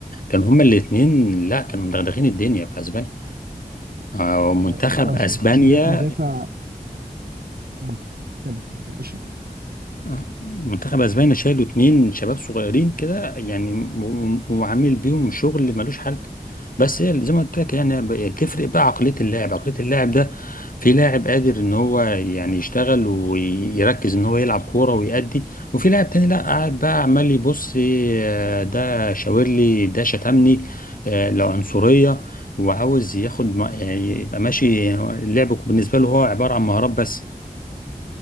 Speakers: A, on the left (about 65°); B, on the right (about 80°).
A: كانوا هما الاثنين لا كانوا مدغدغين الدنيا في اسبانيا آه، منتخب
B: ف... فمش
A: اسبانيا
B: ده مدا... مدافع مم. كمل كمل معلش
A: آه، منتخب اسبانيا شالوا اتنين شباب صغيرين كده يعني و- وعامل بيهم شغل ملوش حل بس هي زي ما قلت لك يعني ب- بتفرق بقى عقلية اللاعب عقلية اللاعب ده في لاعب قادر ان هو يعني يشتغل ويركز ان هو يلعب كورة ويأدي وفي لاعب تاني لا قاعد بقى عمال يبص آه، ده شاور لي ده شتمني آه، لا عنصرية وعاوز ياخد ما- يعني يبقى ماشي اللعب بالنسبة له هو عبارة عن مهارات بس